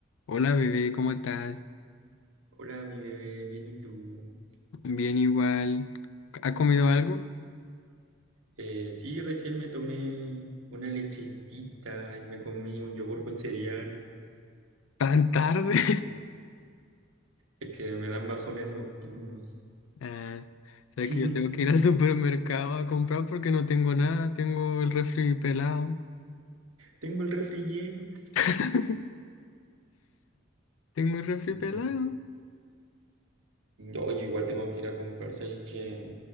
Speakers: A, on the left (about 80°); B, on the right (about 85°).
A: Hola bebé, ¿cómo estás?
B: Hola, mi bebé, bien, ¿y tú?
A: Bien igual. ¿Ha comido algo?
B: Eh, sí, recién me tomé una lechecita y me comí un yogur con cereal.
A: ¿Tan tarde? <laughs>
B: Es que me dan bajones nocturnos.
A: Ah, sabes
B: <laughs>
A: que yo tengo que ir al <laughs> supermercado a comprar porque no tengo nada. Tengo el refri pelado.
B: Tengo el refri lleno.
A: <laughs> Tengo el refri
B: Mm,
A: pelado.
B: Oye, igual tengo que ir a comprar, ¿sabes que